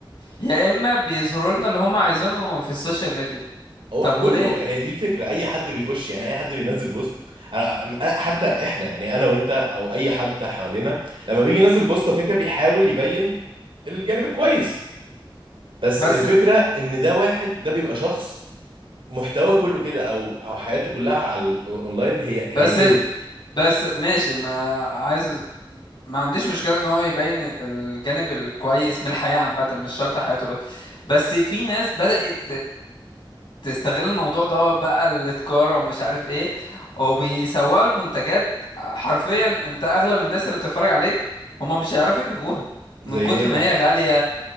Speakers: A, on the left; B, on the right.
A: يا اما بيظهروا لنا اللي هم عايزينه في السوشيال ميديا
B: هو
A: طب وليه
B: كله هي دي الفكره اي حد بيخش يعني اي حد بينزل بوست أنا- حتى احنا يعني انا وانت او اي حد حوالينا لما بيجي ينزل بوست هو كده كده بيحاول يبين الجانب الكويس بس
A: بس
B: الفكرة ان ده واحد ده بيبقى شخص محتواه كله كده او او حياته كلها على الاونلاين هي
A: بس
B: هي كده
A: بس ماشي ما عايز ما عنديش مشكلة ان هو يبين الجانب الكويس من الحياة عامة مش شرط حياته بس بس في ناس بدأت تستغل الموضوع دوت بقى التجارة ومش عارف ايه وبيسوقوا المنتجات حرفيا انت اغلب الناس اللي بتتفرج عليك هما مش هيعرفوا يجيبوها
B: زي
A: من كتر
B: ايه مثلا
A: ما هي غالية